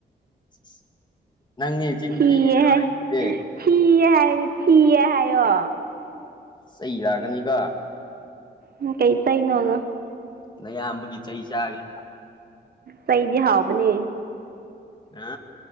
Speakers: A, on the left; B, on the right.
A: <inaudible> ꯆꯤꯟ
B: ꯊꯤꯌꯦ ꯍꯥꯏ
A: ꯊꯤꯔꯤꯁꯦ
B: ꯊꯤꯌꯦ ꯍꯥꯏ ꯊꯤꯌꯦ ꯍꯥꯏꯌꯣ
A: ꯆꯩ ꯂꯥꯛꯀꯅꯤ ꯀꫭ
B: ꯎꯝ ꯀꯩ ꯆꯩꯅꫭ
A: ꯅꯌꯥꯝꯕꯒꯤ ꯆꯩ ꯆꯥꯒꯦ
B: ꯆꯩꯗꯤ ꯍꯥꯎꯕꯅꯦ
A: ꯍꯥ